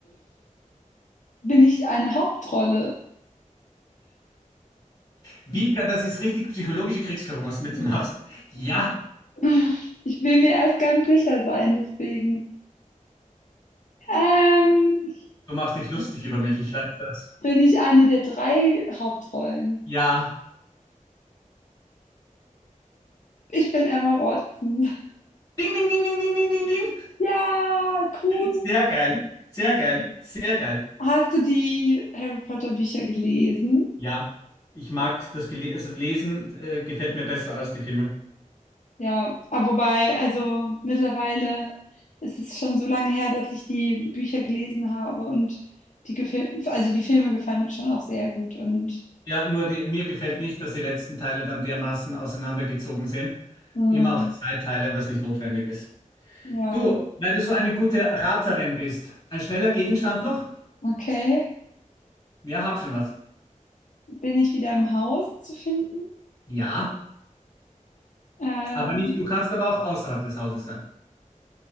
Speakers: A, on the left; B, on the left.
A: Bin ich eine Hauptrolle?
B: Wie kann, das ist richtig psychologische Kriegsführung, was du mit dir machst. Ja,
A: <laughs> Ich will mir erst ganz sicher sein, deswegen. Ähm,
B: du machst dich lustig über mich, ich weiß das.
A: bin ich eine der drei Hauptrollen.
B: Ja.
A: Ich bin Emma Watson.
B: Ding, ding, ding, ding, ding, ding, ding, ding.
A: Ja, cool.
B: Sehr geil. Sehr geil. Sehr geil.
A: Hast du die Harry Potter Bücher gelesen?
B: Ja, ich mag das Gele also Lesen äh, gefällt mir besser als die Filme.
A: Ja, aber wobei, also mittlerweile ist es schon so lange her, dass ich die Bücher gelesen habe und die Gefil also die Filme gefallen mir schon auch sehr gut und
B: Ja, nur die, mir gefällt nicht, dass die letzten Teile dann dermaßen auseinandergezogen sind.
A: ähm,
B: Immer auf zwei Teile, was nicht notwendig ist.
A: ja,
B: Du, weil du so eine gute Raterin bist, ein schneller Gegenstand noch?
A: okay.
B: Ja, hab schon was.
A: Bin ich wieder im Haus zu finden?
B: Ja,
A: Ähm,
B: aber nicht, du kannst aber auch außerhalb des Hauses sein.